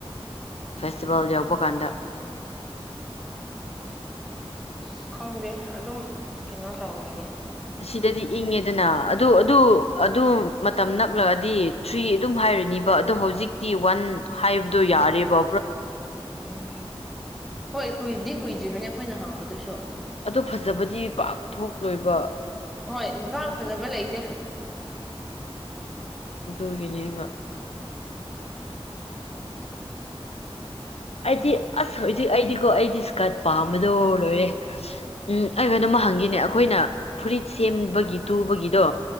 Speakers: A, on the left; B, in the centre.
A: ꯐꯦꯁꯇꯤꯚꯦꯜ
B: ꯎꯝ
A: ꯌꯧꯕ ꯀꯥꯟꯗ
B: ꯑꯁ ꯈꯪꯗꯦ ꯑꯗꯨꯝ ꯀꯩꯅꯣ ꯇꯧꯅꯤꯡꯉꯤ
A: ꯑꯁꯤꯗꯗꯤ ꯏꯪꯉꯦꯗꯅ ꯑꯗꯨ ꯑꯗꯨ ꯑꯗꯨ ꯃꯇꯝ ꯅꯛꯂꯛꯑꯗꯤ ꯊ꯭ꯔꯤ ꯑꯗꯨꯝ ꯍꯥꯏꯔꯅꯤꯕ ꯑꯗꯣ ꯍꯧꯖꯤꯛ ꯇꯤ ꯋꯥꯟ ꯍꯥꯏꯕ ꯗꯨ ꯌꯥꯔꯦꯕ
B: ꯎꯝ ꯍꯣꯏ ꯀꯨꯏꯗꯤꯦ ꯀꯨꯏꯗ꯭ꯔꯤꯕꯅꯤ ꯑꯩꯈꯣꯏꯅ ꯍꯥꯡꯕꯗꯨꯁꯨ
A: ꯑꯗꯣ ꯐꯖꯕꯗꯤ ꯄꯥꯛ ꯊꯣꯛ ꯂꯣꯏꯕ
B: ꯍꯣꯏ ꯄꯥꯛ ꯐꯖꯕ ꯂꯩꯇꯦ
A: ꯑꯗꯨꯒꯤꯅꯦꯕ ꯑꯩꯗꯤ ꯑꯁ ꯍꯧꯖꯤꯛ ꯑꯩꯗꯤꯀꯣ ꯑꯩꯗꯤ ꯏꯁꯀꯔꯠ ꯄꯥꯝꯕꯗꯣ ꯂꯣꯏꯔꯦ ꯎꯝ ꯑꯩ ꯀꯩꯅꯣꯝꯃꯥ ꯍꯪꯒꯦꯅꯦ ꯑꯈꯣꯏꯅ ꯐꯨꯔꯤꯠ ꯁꯦꯝꯕꯒꯤ ꯇꯨꯕꯒꯤꯗꯣ